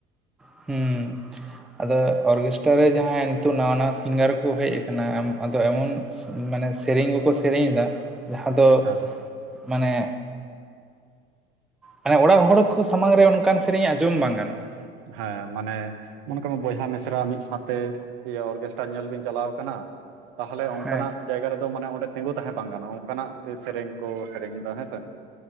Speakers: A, in the centre; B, on the right.
A: ᱦᱮᱸᱻ ᱾ ᱟᱫᱚ, ᱚᱨᱜᱮᱥᱴᱟᱨ ᱨᱮ ᱡᱟᱦᱟᱸᱭ ᱱᱤᱛᱚᱜ, ᱱᱟᱣᱟ ᱱᱟᱣᱟ, ᱥᱤᱝᱜᱟᱨ ᱠᱚ ᱦᱮᱡ ᱟᱠᱟᱱᱟ ᱾ ᱟᱫᱚ, ᱮᱢᱚᱱ ᱢᱟᱱᱮ, ᱥᱮᱨᱮᱧ ᱜᱮᱠᱚ, ᱥᱮᱨᱮᱧ ᱮᱫᱟ ᱾ ᱡᱟᱦᱟᱸ ᱫᱚ,
B: ᱦᱮᱸ
A: ᱢᱟᱱᱮ ᱢᱟᱱᱮ, ᱚᱲᱟᱜ ᱦᱚᱲ ᱠᱚ, ᱥᱟᱢᱟᱝ ᱨᱮ, ᱚᱱᱠᱟᱱ ᱥᱮᱨᱮᱧ ᱟᱸᱡᱚᱢ, ᱵᱟᱝ ᱜᱟᱱᱚᱜᱼᱟ ᱾
B: ᱦᱮᱸᱻ ᱢᱟᱱᱮ, ᱢᱚᱱᱮ ᱠᱟᱜ ᱢᱮ, ᱵᱚᱭᱦᱟ ᱢᱤᱥᱨᱟ ᱢᱤᱫ ᱥᱟᱶᱛᱮ, ᱚᱨᱜᱮᱥᱴᱨᱟ ᱧᱮᱞ ᱵᱤᱱ ᱪᱟᱞᱟᱣ ᱠᱟᱱᱟ ᱛᱟᱦᱚᱞᱮ, ᱚᱱᱠᱟᱱᱟᱜ
A: ᱦᱮᱸ
B: ᱡᱟᱭᱜᱟ ᱨᱮᱫᱚ, ᱢᱟᱱᱮ, ᱚᱸᱰᱮ ᱛᱤᱸᱜᱩ ᱛᱟᱦᱮᱸ ᱵᱟᱝ ᱜᱟᱱᱚᱜᱼᱟ, ᱚᱱᱠᱟᱱᱟᱜ ᱥᱮᱨᱮᱧ ᱠᱚ, ᱥᱮᱨᱮᱧ ᱮᱫᱟ, ᱦᱮᱸᱥᱮ ᱾